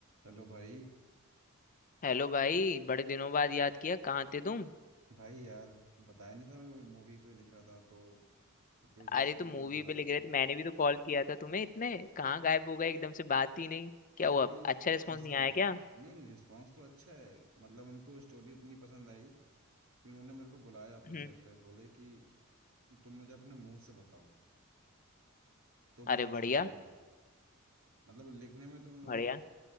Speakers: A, on the right (about 75°); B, on the left (about 40°).
A: हेलो भाई
B: Hello भाई बड़े दिनों बाद याद किया कहाँ थे तुम
A: भाई यार बताया नहीं था मैं मूवी पे लिख रहा था तो तो प्रोड्यूसर
B: अरे तुम मूवी
A: ने बुलाया
B: पे लिख
A: था
B: रहे थे मैंने भी तो कॉल किया था तुम्हें इतने कहाँ गायब हो गए एकदम से बात ही नहीं क्या
A: अरे
B: हुआ
A: नहीं
B: अच्छा
A: ऐ-
B: रिस्पॉन्स
A: ऐसे
B: नहीं
A: हुआ
B: आया
A: था
B: क्या
A: नहीं नहीं रिस्पांस तो अच्छा है मतलब उनको स्टोरी इतनी पसंद आई कि उन्होंने मेरे को बुलाया अपने
B: हम्म,
A: सेट पे बोले कि तुम मुझे अपने मुंह से बताओ तो मुझे
B: अरे
A: अच्छा
B: बढ़िया
A: लगेगा मतलब लिखने में तो मतलब
B: बढ़िया